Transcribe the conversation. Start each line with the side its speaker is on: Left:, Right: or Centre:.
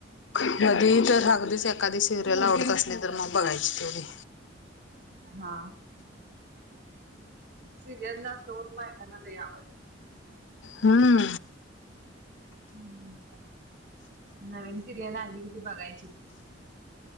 Left: कधी तर अगदीच एक एखादी सिरियल आवडत असली तर मग बघायची तेवढी.
Right: हा. सिरियल जास्त करून बायकांना लई आवडतीया.
Left: हम्म.
Right: हम्म नवीन सिरियल आली कि ती बघायचीच.